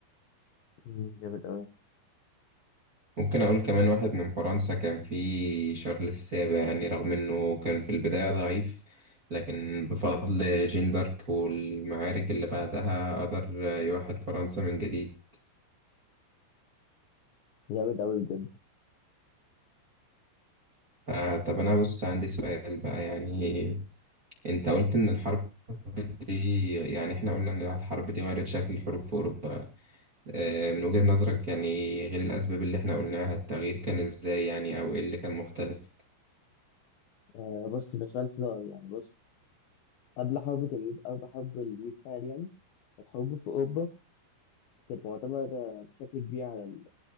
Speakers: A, on the left (about 90°); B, on the right (about 45°).
A: مم، جامد أوي
B: ممكن أقول كمان واحد من فرنسا كان في شارل السابع يعني رغم إنه كان في البداية ضعيف لكن بفضل جين دارك والمعارك اللي بعدها قدر يوحد فرنسا من جديد
A: جامد أوي بجد
B: آه طب أنا بص عندي سؤال بقى يعني أنت قلت إن الحرب دي يعني إحنا قلنا إن الحرب دي غيرت شكل الحروب في أوروبا آه، من وجهة نظرك يعني غير الأسباب اللي احنا قلناها التغيير كان ازاي يعني أو ايه اللي كان مختلف؟
A: آه بص ده سؤال حلو أوي يعني بص قبل حرب تمويل قبل حرب الميثاق يعني الحروب في أوروبا كانت معتمدة بشكل كبير على ال-